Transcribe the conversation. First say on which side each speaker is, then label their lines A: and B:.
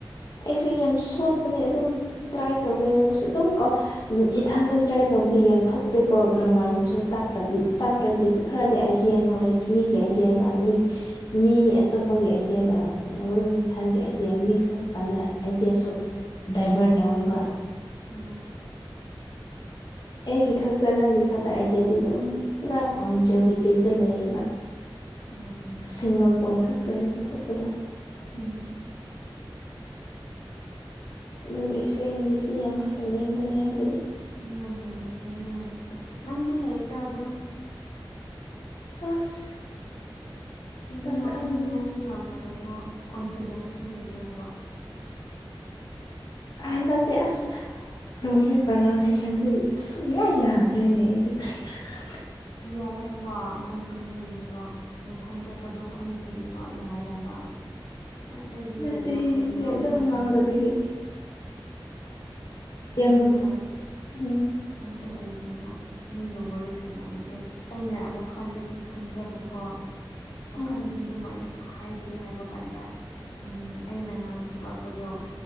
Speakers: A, on the left; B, on the left.
A: ꯑꯩꯁꯨ ꯌꯥꯝ ꯁꯣꯟꯕꯅꯦ ꯑꯗꯨꯝ ꯇ꯭ꯔꯥꯏ ꯇꯧꯒꯦꯗꯔꯁꯨ ꯑꯗꯨꯝ ꯀꯣ ꯎꯝ ꯏꯊꯥꯟꯗ ꯇ꯭ꯔꯥꯏ ꯇꯧꯕꯗꯤ ꯌꯥꯝ ꯊꯣꯛꯇꯦꯀꯣ ꯒ꯭ꯔꯃꯥꯔꯒꯨꯝꯕꯁꯨ
B: ꯎꯝ
A: ꯇꯥꯛꯇ꯭ꯔꯗꯤ ꯈꯔꯗꯤ ꯑꯥꯏꯗꯤꯌꯥ ꯅꯣꯂꯦꯖ ꯃꯤꯒꯤ ꯑꯥꯏꯗꯤꯌꯥꯒ ꯃꯤꯒꯤ ꯃꯤ ꯑꯇꯣꯞꯄꯒꯤ ꯑꯥꯏꯗꯤꯌꯥꯒ ꯃꯂꯣꯅ ꯊꯥꯟꯒꯤ ꯑꯥꯏꯗꯤꯌꯥ ꯃꯤꯛꯁ ꯀꯟꯗ ꯑꯩꯗꯤ ꯑꯁꯨ ꯗꯥꯏꯚꯔꯠ ꯇꯧꯋꯦꯕ
B: ꯎꯝ
A: ꯑꯩꯒꯤ ꯈꯛꯇ ꯅꯪꯒꯤ ꯈꯛꯇ ꯑꯥꯏꯗꯤꯌꯥꯗꯤ ꯑꯗꯨꯝ ꯄꯨꯔꯥ ꯀꯣꯟꯖꯚꯦꯇꯤꯞꯇ ꯂꯩꯌꯦꯕ
B: ꯎꯝ ꯎꯝ
A: ꯁꯤꯡꯒꯜ ꯄꯣꯏꯟ ꯈꯛꯇꯒꯤ ꯄꯨꯊꯣꯛꯄꯗꯣ
B: ꯎꯝ
A: ꯑꯗꯨꯒ ꯑꯩꯁꯨ ꯏꯪꯂꯤꯁꯁꯤ ꯌꯥꯝ ꯍꯩꯅꯤꯡꯕꯅꯤ ꯍꯥꯏꯕꯗꯤ
B: ꯌꯥꯝ ꯍꯩꯅꯤꯡꯉꯦ ꯃꯤꯅꯖ ꯅꯪꯗꯤ ꯍꯩꯗ ꯑꯗꯨꯝ
A: ꯑꯁ
B: ꯍꯥꯏꯗꯤ
A: ꯅꯪ
B: ꯉꯥꯡꯊꯣꯛꯅꯤꯡꯉꯥꯏꯁꯨ
A: ꯈꯪꯗꯦ
B: ꯌꯥꯝꯅ ꯀꯩꯅꯣ ꯀꯣꯟꯐꯤꯗꯦꯟꯁꯁꯨ ꯂꯩꯇꯦ ꯍꯥꯏꯕ
A: ꯑ ꯍꯟꯗꯛꯇꯤ ꯑꯁ ꯂꯣꯏꯔꯦ ꯄ꯭ꯔꯅꯥꯎꯟꯁꯦꯁꯟꯁꯨ ꯁꯨꯡꯛꯌꯥ ꯌꯥꯗ꯭ꯔꯦꯅꯦ ꯑꯩꯗꯤ ꯈ꯭ꯔꯦ ꯈꯔ ꯈ
B: ꯌꯥꯏ ꯍꯥꯏꯕ ꯅꯪꯅ ꯈꯟꯕꯒꯤꯅꯦꯕ ꯅꯊꯟꯇ ꯀꯗꯝ ꯈꯟꯕꯩꯅꯦꯕ ꯌꯥꯏ ꯍꯥꯏꯕ ꯑꯁ ꯑꯩꯗꯤ
A: ꯅꯠꯇꯦ
B: ꯀꯩꯅꯣ ꯀꯩ
A: ꯅꯠꯇꯦ
B: ꯉꯥꯡꯗꯣꯏꯅꯣ
A: ꯑꯗꯨꯝ ꯉꯥꯡꯗꯕꯤꯒꯤ
B: ꯑꯩꯗꯤꯅꯦ
A: ꯌꯥꯝ ꯅꯨꯡ ꯎꯝ
B: ꯑꯝꯇ ꯍꯩꯇꯦꯃꯣ ꯃꯤꯒ ꯋꯥꯔꯤ ꯁꯥꯟꯅꯕꯁꯦ ꯑꯩꯅ ꯑꯃꯨꯛꯈꯟꯗꯗꯤ ꯈꯟꯖꯕꯀꯣ ꯋꯥꯈꯟꯗꯗꯤ
A: ꯑꯥ
B: ꯑꯗꯨꯃꯥꯏꯅ ꯍꯥꯏꯒꯦ ꯍꯥꯏꯕ ꯀꯥꯟꯗ ꯎꯝ ꯑꯩꯅ ꯉꯥꯡ ꯊꯣꯛꯂꯛꯄꯗꯣ